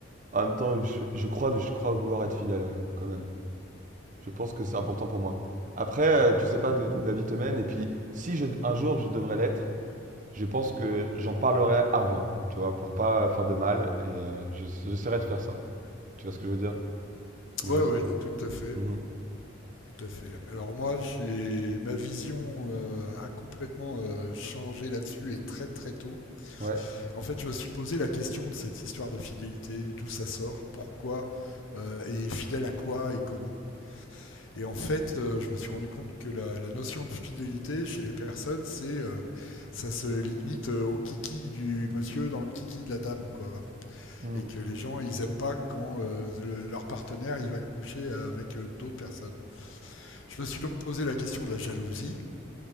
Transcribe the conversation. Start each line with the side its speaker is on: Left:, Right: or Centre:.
Right: En même temps, je, je crois, je crois vouloir être fidèle, ouais, quand même. Je pense que c'est important pour moi. Après, euh, tu sais pas d'o- d'où la vie te mène. Et puis, si je- un jour je devrais l'être, je pense que j'en parlerai avant, tu vois, pour pas euh, faire de mal. Et euh, je- j'essaierai de faire ça. Tu vois ce que je veux dire? Ou
Left: Ouais,
Right: j'ai-
Left: ouais, tout à fait,
Right: Mhm.
Left: tout à fait. Alors moi, j'ai ma vision euh, a complètement euh, changé là-dessus et très très tôt.
Right: Ouais.
Left: En fait, je me suis posé la question de cette histoire de fidélité, d'où ça sort, pourquoi, euh, et fidèle à quoi et comment. Et en fait, euh, je me suis rendu compte que la, la notion de fidélité chez les personnes, c'est euh, ça se limite euh, au kiki du monsieur dans le kiki de la dame, quoi.
Right: Mhm.
Left: Et que les gens, ils aiment pas quand euh, le- leur partenaire, il va coucher avec euh, d'autres personnes. Je me suis donc posé la question de la jalousie